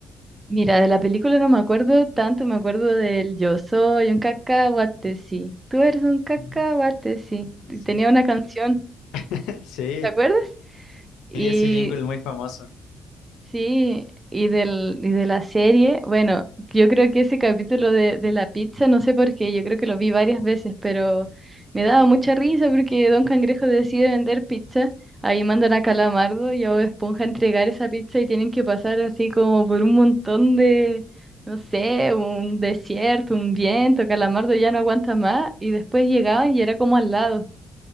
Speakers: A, on the right; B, on the left.
A: Mira, de la película no me acuerdo tanto, me acuerdo del Yo soy un cacahuate, sí. Tú eres un cacahuate,
B: Mm,
A: sí.
B: Sí,
A: Tenía una canción,
B: <laughs> sí,
A: ¿te acuerdas? Y
B: sí, ese jingle muy famoso.
A: Sí, y, del, y de la serie, bueno, yo creo que ese capítulo de, de la pizza, no sé por qué, yo creo que lo vi varias veces, pero me daba mucha risa porque Don Cangrejo decide vender pizza, ahí mandan a Calamardo y a Bob Esponja a entregar esa pizza y tienen que pasar así como por un montón de, no sé, un desierto, un viento, Calamardo ya no aguanta más y después llegaban y era como al lado.